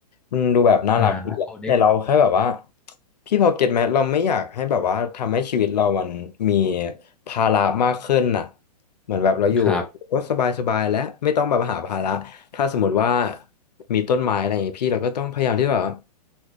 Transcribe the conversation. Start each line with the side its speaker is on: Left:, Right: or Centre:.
Left: มันดูแบบน่ารักดีอะแต่เราแค่แบบว่า
Centre: อ่า
Left: พี่พอเก็ตไหมเราไม่อยากให้แบบว่าทำให้ชีวิตเรามันมีภาระมากขึ้นน่ะเหมือนแบบเราอยู่
Centre: ครับ
Left: ก็สบายสบายและไม่ต้องแบบหาภาระถ้าสมมติว่ามีต้นไม้อะไรอย่างงี้พี่เราก็ต้องพยายามที่แบบว่า